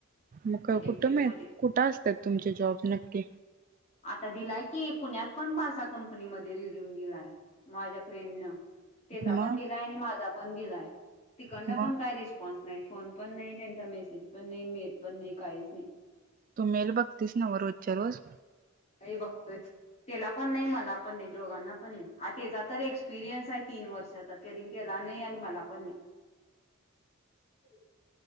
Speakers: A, on the right (about 40°); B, on the left (about 30°).
A: म
B: इलेक्ट्रिक
A: कुठुब आहे
B: मध्ये.
A: कुठं असतात तुमचे जॉब् नक्की
B: आता दिलाय की पुण्यात पण पाारसा कंपनीमध्ये रिझ्यूम दिलाय माझ्या फ्रेंड न त्याचा
A: मग
B: पण दिलाय आणि माझा पण दिलाय तिकंड
A: मग
B: पण काही रिस्पॉन्स नाही फोन पण नाही त्यांचा मेसेज पण नाही मेल पण नाही काहीच नाही
A: तू मेल बघतीस नव रोजच्या रोज
B: का बघतोय त्याला पण नाही मला पण नाही दोघांना पण नाही त्याचा तर एक्सपिरियन्स आहे तीन तीन वर्ष तरी त्याला नाही आणि मला पण नाही